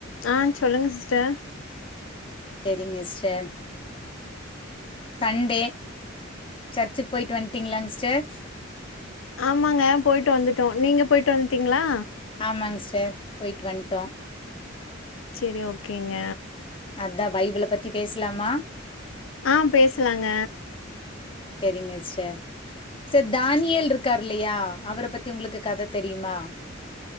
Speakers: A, on the left; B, on the left.
A: ஆ சொல்லுங்க சிஸ்டர்
B: சேரிங்க சிஸ்டர் சண்டே சர்ச்சுக்கு போயிட்டு வண்ட்டீங்ளா சிஸ்டர்
A: ஆமாங்க போயிட்டு வந்துட்டோ நீங்க போயிட்டு வந்துட்டீங்ளா
B: ஆமாங்க சிஸ்டர் போயிட்டு வண்ட்டோ
A: செரி ஓகேங்க
B: அத்தா பைபிள பத்தி பேசலாமா
A: ஆ பேசலாங்க
B: செரிங்க சிஸ்டர் சர் தானியல் இருக்காரு இல்லியா அவர பத்தி உங்களுக்கு கத தெரியுமா